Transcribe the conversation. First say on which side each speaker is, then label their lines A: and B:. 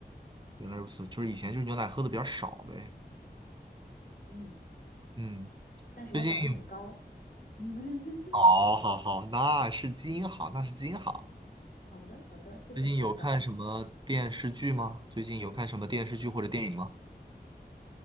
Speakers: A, on the right; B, on the left.
A: 原来如此，就是以前就是牛奶喝的比较少呗。
B: 嗯，
A: 嗯，
B: 但是我长得很高。
A: 最近
B: <laughs>
A: 好，好，好，那是基因好，那是基因好。
B: 好的，好的，谢谢夸奖。
A: 最近有看什么电视剧吗？最近有看什么电视剧或者电影吗？